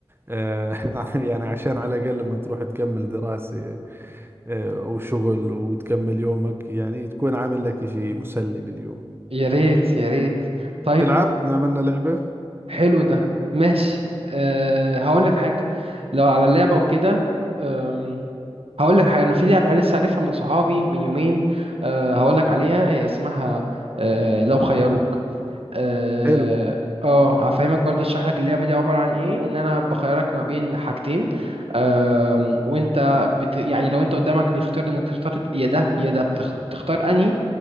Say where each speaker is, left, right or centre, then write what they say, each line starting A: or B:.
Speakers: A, on the right; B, on the right.
A: آه، <laughs> يعني عشان على الاقل لما تروح تكمل دراسة آه، وشغل وتكمل يومك يعني تكون عامل لك إشي مسلي باليوم
B: يا ريت يا ريت طيب
A: تلعب طيب إحنا عملنا لعبة
B: حلو ده ماشي أه هقول لك حاجة لو على اللعبة وكده أم، هقول لك حاجة أنا في لعبة لسه عارفها من صحابي من يومين أه هقول لك عليها هي اسمها أه لو خيروك اه
A: حلو
B: آه، هفهمك برضه اشرح لك اللعبة دي عبارة عن ايه ان انا بخيرك ما بين حاجتين أم، وانت بت... يعني لو انت قدامك بيختار انك تختار يا ده يا ده بتختار انهي